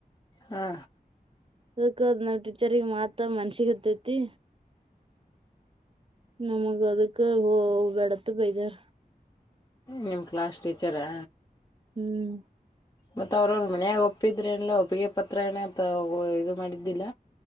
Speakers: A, on the left; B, on the right.
A: ಹಾ.
B: ಅದಕ್ಕ ನಮ್ ಟೀಚಿರ್ಗ್ ಮಾತ್ ಮನಶಿಗ್ ಹತ್ತೈತಿ. ನಮಗೆ ಅದುಕ್ಕೆ ಓ ಎಡತ್ ಬೈತರ.
A: ನಿಮ್ ಕ್ಲಾಸ್ ಟೀಚರಾ.
B: ಹ್ಮ್.
A: ಮತ್ತ ಅವ್ರ್ಅವ್ರೊ ಮಾನ್ಯಗ ಒಪ್ಪಿದ್ರೆ ಏನಲ್ಲ ಒಪ್ಪಿಗೆ ಪತ್ರ ಏನ <unintelligible> ಇದು ಮಾಡಿದ್ದಿಲ್ಲ.